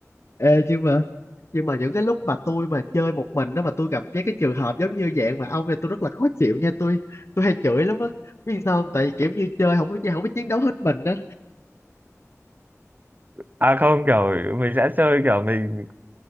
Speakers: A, on the left (about 55°); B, on the right (about 35°).
A: Ê, nhưng mà nhưng mà những cái lúc mà tôi mà chơi một mình đó mà tôi gặp cái cái trường hợp giống như dạng mà ông thì tôi rất là khó chịu nha tôi tôi hay chửi lắm á biết sao không? tại vì kiểu như chơi không có không có chiến đấu hết mình đó
B: à không kiểu mình sẽ chơi kiểu mình